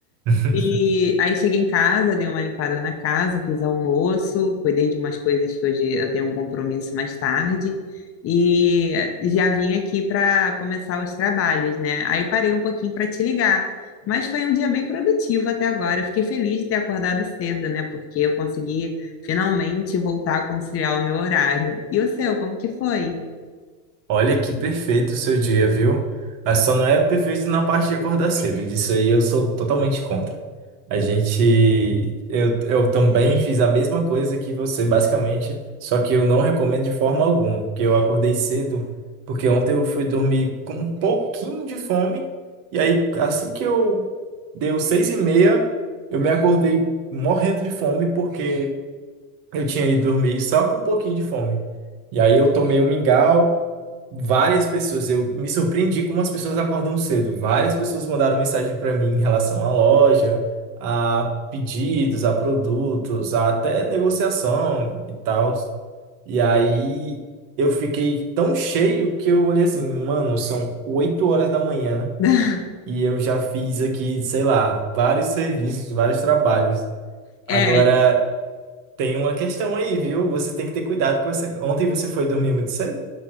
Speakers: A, on the right; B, on the left.
A: <laughs>
B: E aí cheguei em casa, dei uma limpada na casa, fiz almoço, cuidei de umas coisas que hoje eu tenho um compromisso mais tarde e já vim aqui para começar os trabalhos, né? Aí parei um pouquinho para te ligar, mas foi um dia bem produtivo até agora. Eu fiquei feliz de ter acordado cedo, né? Porque eu consegui finalmente voltar a conciliar o meu horário. E o seu, como que foi?
A: Olha que perfeito o seu dia, viu? Mas só não é perfeito na parte de acordar cedo. Disso aí eu sou totalmente contra. A gente. Eu, eu também fiz a mesma coisa que você, basicamente. Só que eu não recomendo de forma alguma. Porque eu acordei cedo. Porque ontem eu fui dormir com um pouquinho de fome. E aí, assim que eu deu seis e meia, eu me acordei morrendo de fome. Porque eu tinha ido dormir só com um pouquinho de fome. E aí eu tomei um mingau. Várias pessoas, eu me surpreendi como as pessoas acordam cedo. Várias pessoas mandaram mensagem para mim em relação à loja, a pedidos, a produtos, a até negociação e tal. E aí eu fiquei tão cheio que eu olhei assim, mano, são 8 horas da manhã
B: <laughs>
A: e eu já fiz aqui, sei lá, vários serviços, vários trabalhos.
B: É,
A: Agora tem uma questão aí, viu? Você tem que ter cuidado com você. Ontem você foi dormir muito cedo?